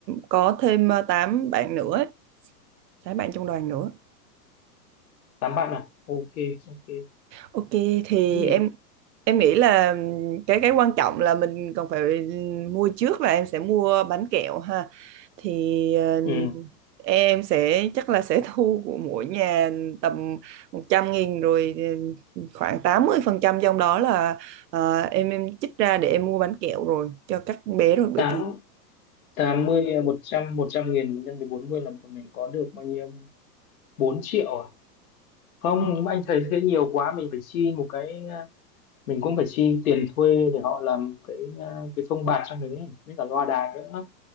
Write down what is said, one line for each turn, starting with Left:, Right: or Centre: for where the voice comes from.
Right: có thêm ờ, tám bạn nữa tám bạn trong đoàn nữa
Left: tám bạn à? Ok, ok. Thế
Right: Ok thì
Left: thì
Right: em em nghĩ là cái cái quan trọng là mình còn phải mua trước là em sẽ mua bánh kẹo ha thì ờ,
Left: ừ,
Right: em sẽ chắc là sẽ <laughs> thu của mỗi nhà tầm một trăm nghìn rồi ờ, khoảng 80 phần trăm trong đó là ờ, em em chích ra để em mua bánh kẹo rồi cho các bé rồi bởi
Left: tám
Right: vì
Left: tám mươi à, một trăm một trăm nghìn nhân với bốn mươi là mình có được bao nhiêu? bốn triệu à? Không, nhưng mà anh thấy thế nhiều quá mình phải chi một cái à, mình cũng phải chi tiền thuê để họ làm cái à, cái phông bạt cho mình ấy, với cả loa đài nữa.